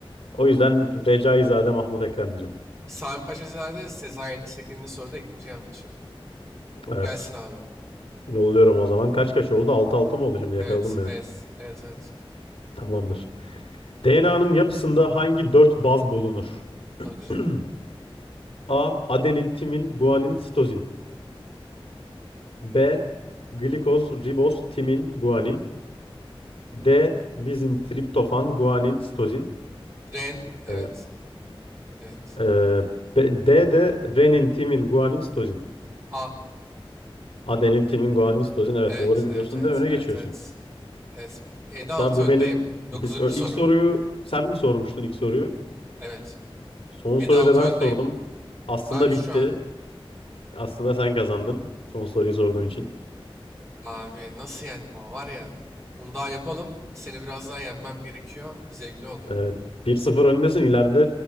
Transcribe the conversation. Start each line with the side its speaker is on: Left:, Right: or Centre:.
Left: O yüzden Recaizade Mahmut Ekrem diyeceğim.
Right: Sami Paşazade Sezai'de şeklinde soruda ikinci yanlışın.
Left: Evet.
Right: Gelsin abi.
Left: Yolluyorum o zaman. Kaç kaç oldu? altı altı mı oldu şimdi yakaladım
Right: Evet,
Left: beni.
Right: evet, evet, evet.
Left: Tamamdır. DNA'nın yapısında hangi dört baz bulunur?
Right: Daha güzel.
Left: <clears throat> A. Adenin, timin, guanin, sitozin. B. Glikoz, riboz, timin, guanin. D. Lizin, triptofan, guanin, sitozin.
Right: Ren, evet,
Left: Ee,
Right: evet.
Left: e, B- D de renin, timin, guanin, sitozin.
Right: A,
Left: Adenin, timin, guanin, sitozin. Evet
Right: evet,
Left: doğru biliyorsun
Right: evet, evet,
Left: ve öne
Right: evet,
Left: geçiyorsun.
Right: evet. Evet. 7-6
Left: Hatta bu
Right: öndeyim.
Left: benim biz
Right: Dokuzuncu
Left: ö-
Right: soru.
Left: ilk soruyu sen mi sormuştun ilk soruyu?
Right: Evet.
Left: Son
Right: Yedi
Left: soruyu
Right: altı
Left: da ben
Right: öndeyim.
Left: sordum. Aslında
Right: Abi şu
Left: bitti.
Right: an,
Left: Aslında sen kazandın. Son soruyu sorduğun için.
Right: abi nasıl yendim ama var ya. Bunu daha yapalım. Seni biraz daha yenmem gerekiyor. Zevkli oluyor.
Left: Evet. 1-0 öndesin. İleride